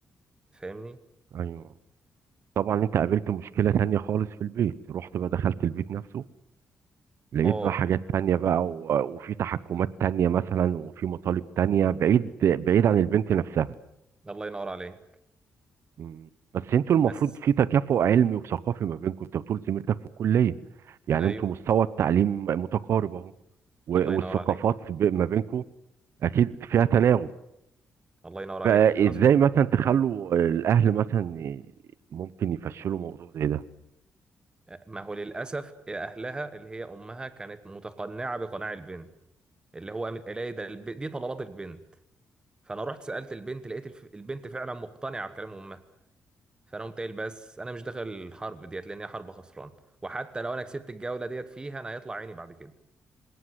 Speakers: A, on the right; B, on the right.
A: فاهمني
B: ايوه طبعا انت قابلت مشكلة تانية خالص في البيت رحت بقى دخلت البيت نفسه لقيت
A: اه
B: بقى حاجات تانية بقى و- وفي تحكمات تانية مثلا وفي مطالب تانية بعيد بعيد عن البنت نفسها
A: الله ينور عليك
B: مم. بس انتوا المفروض
A: بس
B: في تكافؤ علمي وثقافي ما بينكم انت بتقول زميلتك في الكليه يعني
A: ايوه
B: انتوا مستوى التعليم متقارب اهو و-
A: الله ينور
B: والثقافات
A: عليك
B: ب- ما بينكم اكيد فيها تناغم
A: الله ينور عليك
B: فازاي
A: حصل
B: مثلا تخلوا الاهل مثلا ي- ممكن يفشلوا موضوع زي ده
A: ما هو للاسف اهلها اللي هي امها كانت متقنعه بقناع البنت اللي هو قامت قايله لي ده الب... دي طلبات البنت فانا رحت سالت البنت لقيت الف... البنت فعلا مقتنعه بكلام امها فانا قمت قايل بس انا مش داخل الحرب ديت لان هي حرب خسران وحتى لو انا كسبت الجوله ديت فيها انا هيطلع عيني بعد كده